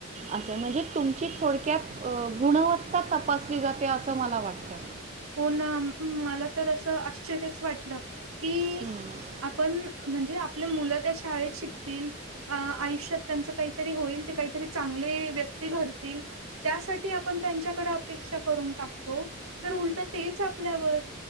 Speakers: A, on the right; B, on the right.
A: असे म्हणजे तुमची थोडक्यात गुणवत्ता तपासली जाते असं मला वाटतं.
B: हो ना मला तर असं आश्चर्यच वाटलं. कि
A: हम्म.
B: आपण म्हणजे आपल्या मुलं त्या शाळेत शिकतील आयुष्यात त्यांच काहीतरी होईल. ते काहीतरी चांगले व्यक्ती घडतील, त्यासाठी आपण त्यांच्याकडे अपेक्षा करून टाकतो तर उल तर तेच आपल्यावर